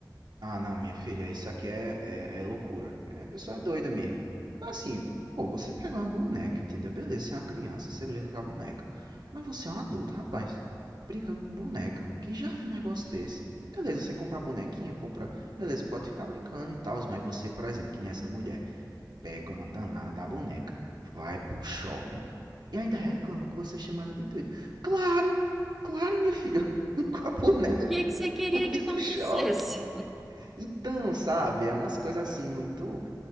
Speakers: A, on the right; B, in the centre.
A: Ah, não, minha filha, isso aqui é, é, é loucura. É a pessoa é doida mesmo. Porque assim, pô, você pegar uma boneca, entendeu? Beleza, você é uma criança, você brinca com a boneca. Mas você é um adulto, rapaz. Brincando com boneca, quem já viu um negócio desse? Beleza, você compra a bonequinha, compra. Beleza, pode ficar brincando e tal, mas você, por exemplo, que nem essa mulher, pega uma danada da boneca, vai pro shopping e ainda reclama que você é chamada de doida. Claro, claro, minha filha, <laughs> com a boneca
B: O que que você queria que
A: e
B: acontecesse?
A: do shopping. Então, sabe, é umas coisas assim muito.